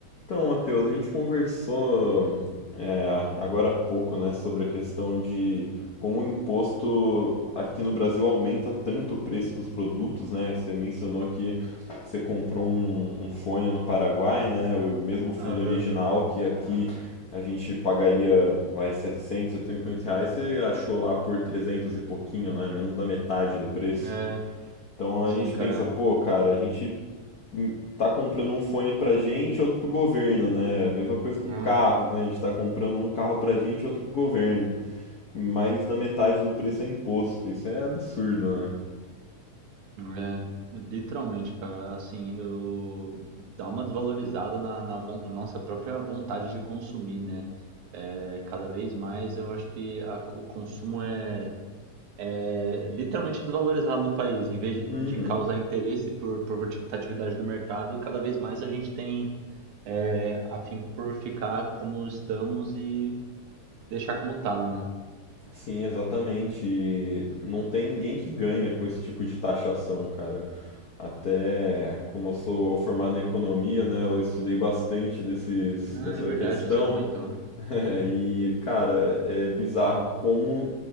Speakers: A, on the left; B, on the right.
A: Então, Matheus, a gente conversou é, agora há pouco, né, sobre a questão de como o imposto aqui no Brasil aumenta tanto o preço dos produtos, né? Você mencionou que você comprou um, um fone no Paraguai, né? O o mesmo fone
B: Aham.
A: original que aqui a gente pagaria, vai, 700, 750 reais, você achou lá por 300 e pouquinho, né? Menos da metade do preço.
B: É,
A: Então a
B: sim,
A: gente
B: cara.
A: pensa, pô, cara, a gente tá comprando um fone pra gente e outro pro governo, né? A Mesma coisa com
B: É,
A: carros, né? A gente tá comprando um carro pra gente e outro pro governo. Mais da metade do preço é imposto. Isso é absurdo, né?
B: é, literalmente, cara, assim, eu dá uma desvalorizada na, na von- nossa própria vontade de consumir, né? É, cada vez mais eu acho que a- o consumo é, é literalmente desvalorizado no país. Em vez de,
A: Uhum.
B: de causar interesse por, por rotatividade do mercado, cada vez mais a gente tem é, afinco por ficar como estamos e deixar como tá, né?
A: Sim, exatamente. E Não tem ninguém que ganha com esse tipo de taxação, cara. Até como eu sou formado em economia, né? Eu estudei bastante desses,
B: Ah,
A: dessa
B: é verdade,
A: questão.
B: você comentou.
A: <laughs> É, E, cara, é bizarro como